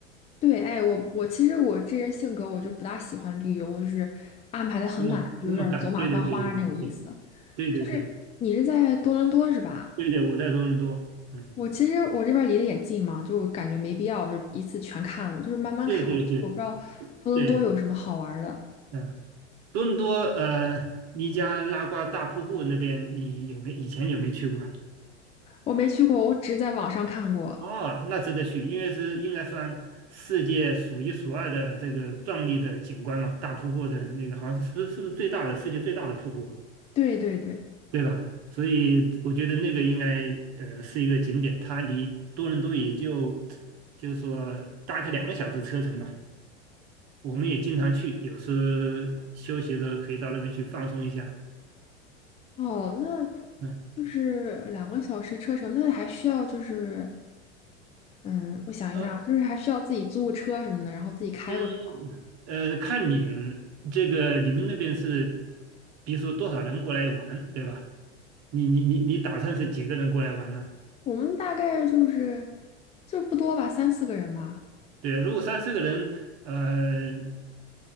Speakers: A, on the left; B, on the right.
A: 对，哎，我我其实我这人性格我就不大喜欢旅游，就是安排的很满，
B: 那么那么赶。
A: 就有点儿走马观花那种意思。
B: 对对对对对对对对
A: 就是你是在多伦多是吧？
B: 对对，我在多伦多，嗯，
A: 我其实我这边离得也近嘛，就我感觉没必要就一次全看了，就是慢慢看。
B: 对对对
A: 我不知道多伦多有什么好玩儿的。
B: 对，嗯。多伦多呃，尼加拉瓜大瀑布那边，你有没以前有没有去过？
A: 我没去过，我只在网上看过。
B: 哦，那值得去，因为是应该算世界数一数二的这个壮丽的景观嘛，大瀑布的那个好像是是不是是不是最大的世界最大的瀑布，
A: 对对对，
B: 对吧？所以我觉得那个应该呃是一个景点，它离多伦多也就 <tsk> 就是说大概两个小时车程吧。我们也经常去，有时候休息的时候可以到那边去放松一下。
A: 哦，那
B: 嗯。
A: 就是两个小时车程，那还需要就是，嗯，我想一下啊，
B: 呃
A: 就是还需要自己租个车什么的，然后自己开过去吗。
B: 嗯，呃，看你这个你们那边是，比如说多少人过来玩，对吧？你你你你打算是几个人过来玩呢？
A: 我们大概就是就不多吧，三四个人吧。
B: 对，如果三四个人，呃，